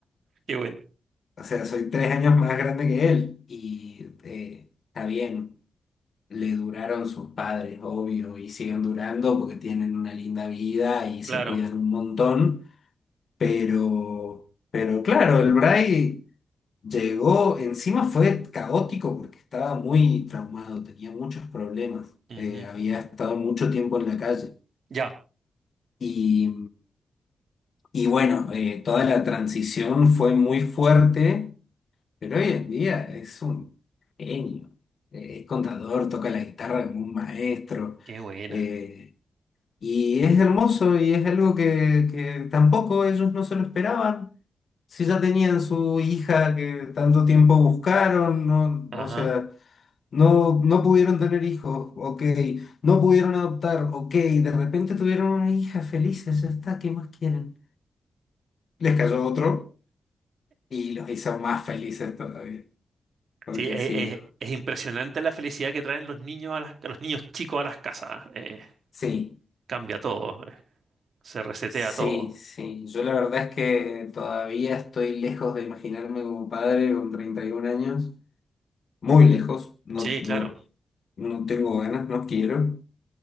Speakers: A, on the right (about 65°); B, on the left (about 60°).
A: <laughs> qué bueno.
B: o sea, soy tres años más grande que él. Y eh, está bien. Le duraron sus padres, obvio, y siguen durando porque tienen una linda vida y se
A: Claro.
B: cuidan un montón. Pero, pero claro, el Bray llegó, encima fue caótico porque estaba muy traumado, tenía muchos problemas.
A: Ujú.
B: eh, había estado mucho tiempo en la calle.
A: Ya,
B: Y, y bueno, eh, toda la transición fue muy fuerte, pero hoy en día es un genio. Eh, es contador, toca la guitarra como un maestro.
A: qué buena.
B: eh, Y es hermoso y es algo que, que tampoco ellos no se lo esperaban. Si ya tenían su hija que tanto tiempo buscaron, no,
A: Ajá.
B: o sea, no, no pudieron tener hijos, ok, no pudieron adoptar, ok, de repente tuvieron una hija felices, ya está, ¿qué más quieren? Les cayó otro y los hizo más felices todavía, porque
A: Sí, e-
B: sí, lo-
A: e- es, impresionante la felicidad que traen los niños a las- los niños chicos a las casas. ¿eh? Eh,
B: sí,
A: cambia todo. eh. Se resetea
B: sí,
A: todo.
B: sí. Yo la verdad es que todavía estoy lejos de imaginarme como padre con 31 años. muy lejos, no,
A: Sí,
B: no,
A: claro.
B: no tengo ganas, no quiero,